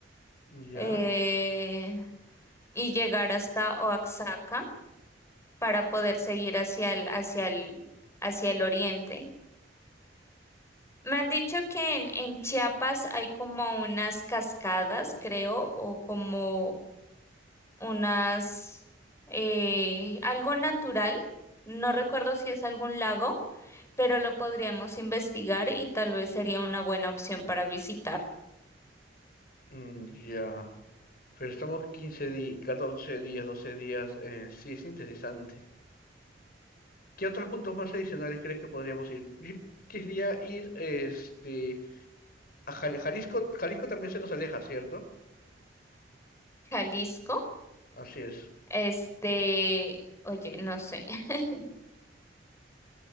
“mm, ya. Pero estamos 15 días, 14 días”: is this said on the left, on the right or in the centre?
Left